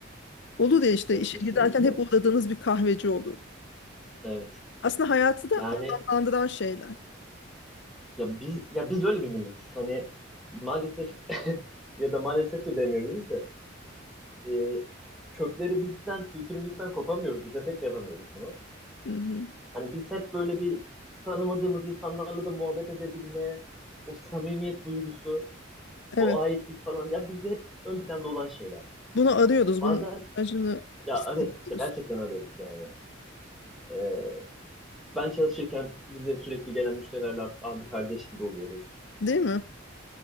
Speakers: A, on the left (about 65°); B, in the centre.
A: Olur ya işte
B: Ya
A: işe
B: kesinlikle.
A: giderken hep uğradığınız bir kahveci olur.
B: Evet.
A: Aslında hayatı da
B: Yani
A: anlamlandıran şeyler.
B: ya biz ya biz öyle bir milletiz. Hani maalesef <laughs> ya da maalesef de demeyebiliriz de e, kökleri bizden, kültürümüzden kopamıyoruz. İstesek de yapamıyoruz bunu.
A: Hı-hı.
B: Hani biz hep böyle bir tanımadığımız insanlarla da muhabbet edebilme, o samimiyet duygusu,
A: Evet.
B: o aitlik falan. Ya bizde hep ön planda olan şeyler.
A: Bunu arıyoruz.
B: Bazen
A: Bunun ihtiyacını
B: ya
A: hissediyoruz.
B: evet gerçekten arıyoruz yani. Ee, ben çalışırken bize sürekli gelen müşterilerle artık abi kardeş gibi oluyoruz.
A: Değil mi?